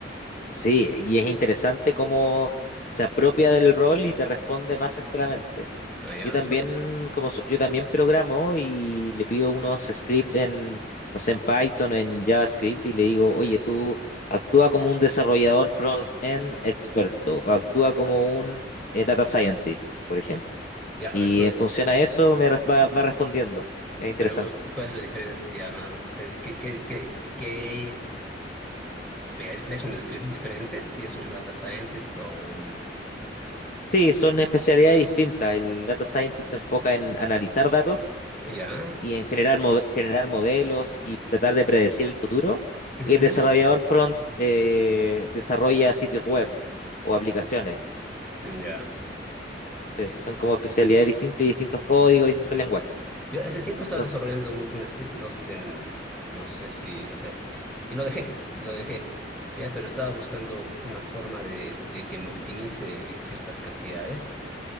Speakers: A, on the left; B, in the centre.
A: sí, y es interesante cómo se apropia del rol y te responde más certeramente.
B: Ah, ya,
A: Yo también,
B: no.
A: como so- yo también programo y le pido unos scripts en, no sé, en Python o en JavaScript y le digo, oye, tú actúa como un desarrollador front-end experto o actúa como un eh, data scientist, por ejemplo.
B: Ya, a
A: Y
B: ver,
A: en función a eso me res- va, va respondiendo. Es interesante.
B: Pero, ¿cuál es la diferencia? O sea, ¿qué, qué, qué, qué- me- me es un script diferente si es un data scientist o un...
A: Sí, son especialidades distintas. El data scientist se enfoca en analizar datos
B: Ya.
A: y en generar, mo- generar modelos y tratar de predecir el futuro.
B: ujú,
A: Y el desarrollador front eh, desarrolla sitios web o aplicaciones.
B: Ya.
A: Sí, son como especialidades distintas y distintos códigos, distintos lenguajes.
B: Yo ese tiempo estaba
A: Entonces,
B: desarrollando un, un script, no, sé en- no sé si, o sea, y lo dejé, y lo dejé. Ya, pero estaba buscando una forma de, de que me optimice ciertas cantidades.